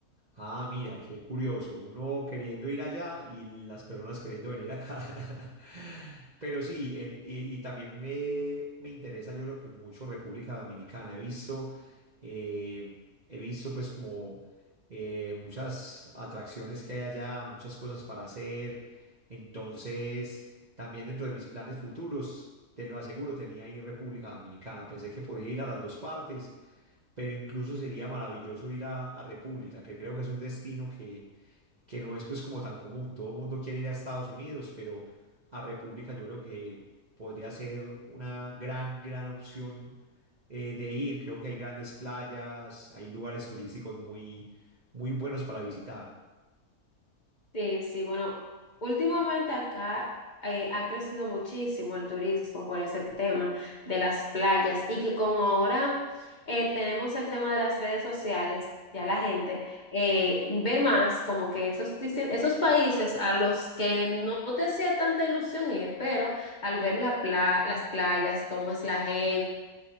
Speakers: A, on the right; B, on the left.
A: Ah, mira, qué curioso. Uno queriendo ir allá y las personas queriendo venir acá. <laughs> Pero sí, en- y, y también me, me interesa, yo creo que mucho República Dominicana. He visto, eh, he visto pues como eh, muchas atracciones que hay allá, muchas cosas para hacer. Entonces, también dentro de mis planes futuros, te lo aseguro, tenía ir República Dominicana. Pensé que podía ir a las dos partes pero incluso sería maravilloso ir a, a República, que creo que es un destino que, que no es pues como tan común. Todo el mundo quiere ir a Estados Unidos, pero a República yo creo que podría ser una gran, gran opción eh, de ir. Creo que hay grandes playas, hay lugares turísticos muy, muy buenos para visitar.
B: Sí, sí, bueno, últimamente acá eh, ha crecido muchísimo el turismo por ese tema de las playas y que como ahora eh, tenemos el tema de las redes sociales, ya la gente eh, ve más como que esos, dice- esos países a los que no te hacía tanta ilusión ir, pero al ver la pla- las playas, cómo es la gente.